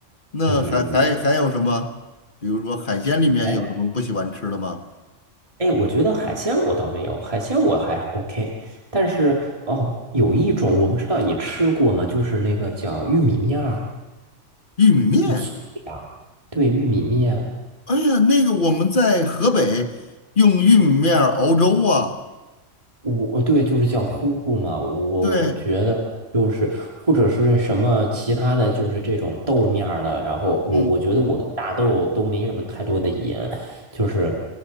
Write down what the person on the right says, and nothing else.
嗯嗯，
哎哎，我觉得海鲜我倒没有，海鲜我还 OK，但是哦，有一种我不知道你吃过吗？就是那个叫玉米面儿，
嗯，粗粮，对，玉米面。
我对，就是叫呼呼嘛，我觉得就是或者是什么其他的就是这种豆面儿的，
然后我我觉得我跟大豆都没什么太多的盐，
就是